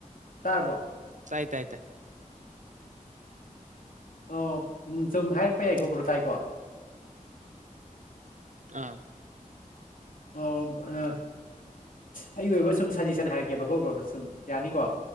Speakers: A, on the left; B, on the right.
A: ꯇꯥꯔꯕꯣ
B: ꯇꯥꯏ ꯇꯥꯏ ꯇꯥꯏ
A: ꯑꯣ ꯎꯝ ꯁꯨꯝ ꯍꯥꯏꯔꯛꯄ ꯌꯥꯏꯀꯣ ꯕꯔꯣ ꯇꯥꯏꯀꯣ
B: ꯑꯥ
A: ꯑꯣ ꯑ ꯑꯩꯒꯤ ꯑꯣꯏꯕ ꯁꯨꯝ ꯁꯖꯦꯁꯟ ꯍꯥꯏꯔꯛꯀꯦ ꯕ꯭ꯔꯣꯗꯣ ꯁꯨꯝ ꯌꯥꯅꯤꯀꯣ